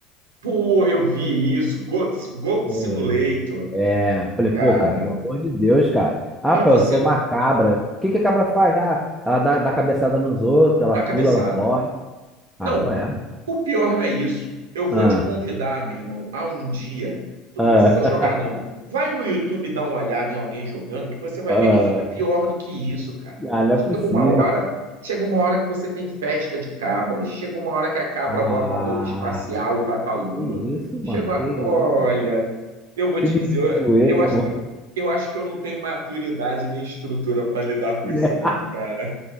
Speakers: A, on the right; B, in the centre.
A: Pô, eu vi isso. Goat, Goat
B: Hum.
A: Simulator.
B: É, eu falei,
A: Cara,
B: pô, cara, pelo amor de Deus, cara. Ah,
A: é
B: pô,
A: você
B: eu sou uma cabra. O que que a cabra faz? Ah, ela dá, dá cabeçada nos outros, ela
A: dar
B: pula,
A: cabeçada.
B: ela corre.
A: Não,
B: Ah, qual é, mano?
A: o pior não é isso. Eu vou
B: Ah,
A: te convidar, meu irmão, a um dia. Tu
B: ah,
A: não precisa jogar,
B: <laughs>
A: não. Vai no YouTube dar uma olhada em alguém jogando, que você vai
B: ah,
A: ver que fica pior do que isso, cara.
B: ah, não é possível.
A: Chega uma hora, chega uma hora que você tem festa de cabras, chega uma hora que a cabra
B: Ah,
A: bota uma roupa espacial e vai pra lua.
B: que isso,
A: Chega
B: mano,
A: uma...
B: que isso.
A: Olha, eu vou
B: Que
A: te
B: nível
A: dizer,
B: de zoeira,
A: eu, eu acho
B: <laughs> mano.
A: que eu acho que eu não tenho maturidade nem estrutura para lidar com
B: Né?
A: isso, não, cara.